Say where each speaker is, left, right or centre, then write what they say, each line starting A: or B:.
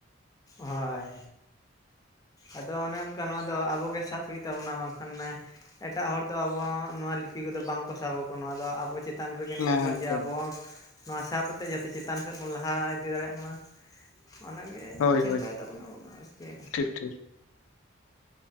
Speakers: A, on the left; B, on the left.
A: ᱦᱳᱭ ᱟᱫᱚ ᱚᱱᱮ ᱚᱱᱠᱟ ᱱᱚᱣᱟ ᱫᱚ ᱟᱵᱚᱜᱮ ᱥᱟᱵ ᱦᱩᱭᱩᱜ ᱛᱟᱵᱚᱱᱟ ᱵᱟᱝᱠᱷᱟᱱᱮᱻᱻ ᱮᱴᱟᱜ ᱦᱚᱲ ᱫᱚ ᱟᱵᱚ ᱱᱚᱣᱟ ᱞᱤᱯᱤ ᱠᱚᱫᱚ ᱵᱟᱝᱠᱚ ᱥᱟᱵ ᱟᱠᱚ ᱱᱚᱣᱟ ᱫᱚ ᱟᱵᱚ ᱪᱮᱛᱟᱱᱻᱻ ᱪᱮᱛᱟᱱ ᱨᱮᱜᱮ ᱱᱤᱨᱵᱷᱚᱨ
B: ᱦᱮᱸ
A: ᱡᱮ ᱟᱵᱚ ᱱᱚᱣᱟ ᱥᱟᱵ ᱠᱟᱛᱮᱫ ᱡᱟᱛᱮ ᱪᱮᱛᱟᱱ ᱥᱮᱫ ᱵᱚᱱ ᱞᱟᱦᱟ ᱤᱫᱤ ᱫᱟᱲᱮᱭᱟᱜ ᱢᱟ ᱚᱱᱟᱜᱮ
B: ᱦᱳᱭ
A: ᱪᱮᱥᱴᱟᱭ
B: ᱦᱳᱭ
A: ᱛᱟᱵᱚᱱ ᱟᱵᱚᱱᱟ ᱜᱮ
B: ᱴᱷᱤᱠ ᱴᱷᱤᱠ